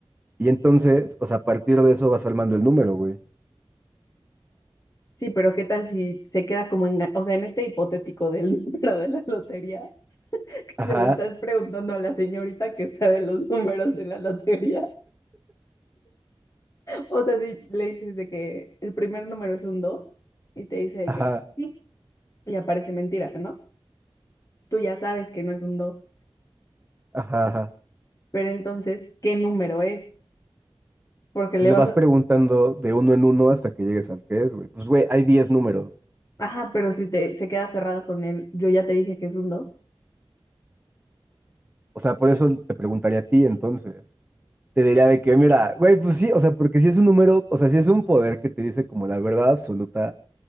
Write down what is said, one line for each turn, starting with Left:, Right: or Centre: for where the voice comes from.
Right: Y entonces, o sea, a partir de eso vas armando el número, güey.
Left: Sí, pero ¿qué tal si se queda como enga- O sea, en este hipotético del <laughs> número de la lotería, que
Right: Ajá,
Left: se lo estás preguntando a la señorita que sabe los números de la lotería. O sea, si le dices de que el primer número es un 2 y te dice de
Right: ajá,
Left: que sí, y aparece mentira, ¿no? Tú ya sabes que no es un dos
Right: ajá, ajá.
Left: pero entonces, ¿qué número es? Porque le
Right: Le
Left: vas
Right: vas
Left: a...
Right: preguntando de uno en uno hasta que llegues al que es, güey. Pues, güey, hay 10 números.
Left: Ajá, pero si te se queda cerrada con él, yo ya te dije que es un dos
Right: O sea, por eso te preguntaría a ti entonces. Te diría de que, mira, güey, pues sí, o sea, porque si es un número, o sea, si es un poder que te dice como la verdad absoluta,